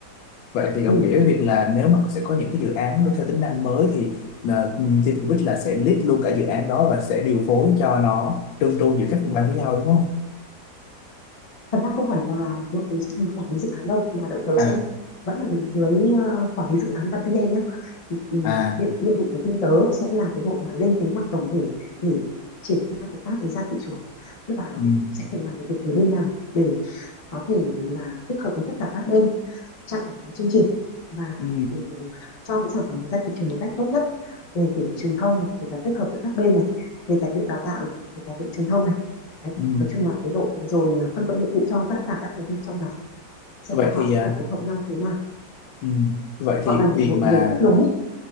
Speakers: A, on the left; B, on the left.
A: vậy thì đồng
B: Ừ.
A: nghĩa việc là nếu mà sẽ có những cái dự án nó theo tính năng mới thì ờ, ừ, team của Bích là sẽ lead luôn cả dự án đó và sẽ điều phối cho nó trơn tru giữa các phòng ban với nhau đúng không
B: Thật ra không phải là đội tớ sẽ làm quản lý dự án đâu mà đội tớ
A: à
B: sẽ vẫn là đứng dưới ờ, quản lý dự án là PM nhé. Thì, ừ,
A: à
B: nhiệm, nhiệm vụ của team tớ sẽ là cái đội mà lên kế hoạch tổng thể để triển khai cái task đấy ra thị trường. Tức là
A: ừ
B: ừ, sẽ phải làm việc ở bên nào để có thể là kết hợp với tất cả các bên chặn chương trình và
A: ừ
B: ừ, cho cái sản phẩm đấy ra thị trường một cách tốt nhất về kể cả truyền thông này về cả kết hợp giữa các bên này về tài liệu đào tạo này về tài liệu truyền thông này đấy
A: ừ
B: nói chung là cái đội rồi ờ, phân công nhiệm vụ cho tất cả các thành viên trong nhóm xem
A: vậy
B: là họ
A: thì
B: sẽ
A: à,
B: phải phối hợp nhau thế nào
A: ừ, vậy
B: gọi
A: thì
B: là
A: việc
B: một
A: mà
B: người kết nối